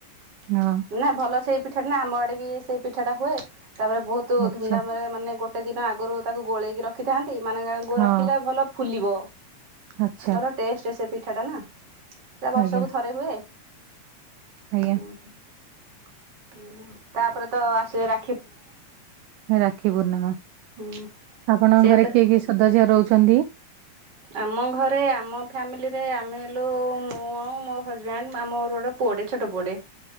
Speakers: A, on the right; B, on the right.
A: ହଁ
B: ନା ଭଲ ସେଇ ପିଠାଟା ନା ଆମ ଆଡେ ବି ସେଇ ପିଠା ଟା ହୁଏ। ତାପରେ ବହୁତୁ
A: ଆଚ୍ଛା
B: ଧୁମଧାମରେ ମାନେ ଗୋଟେ ଦିନ ଆଗରୁ ତାକୁ ଗୋଳେଇକି ରଖ ରଖିଥାନ୍ତି ମାନେ ଗୋ
A: ହଁ
B: ରଖିଲେ ଭଲ ଫୁଲିବ
A: ଆଚ୍ଛା
B: ଭଲ ଟେଷ୍ଟ ସ ପିଠା ଟା ନା ସେ ବର୍ଷକୁ
A: ଆଜ୍ଞା
B: ଥରେ ହୁଏ।
A: ଆଜ୍ଞା
B: ଓହୋ ତାପରେ ତ ଆସିବ ରା
A: ରାକ୍ଷୀ ପୂର୍ଣିମା
B: ହୁଁ
A: ଆପଣଙ୍କ
B: ସେ
A: ଘରେ
B: ତ
A: କିଏ କିଏ ସଦାଝିଅ ରହୁ ଛନ୍ତି।
B: ଆମ ଘରେ ଆମ ଫ୍ୟାମିଲିରେ ଆମେ ହେଲୁ ମୁଁ ଆଉ ମୋ ହଜବେଣ୍ଡ ମାଆମର ଗୋଟେ ପୁଅଡଟେ ଛୋଟ ପୁଅଟେ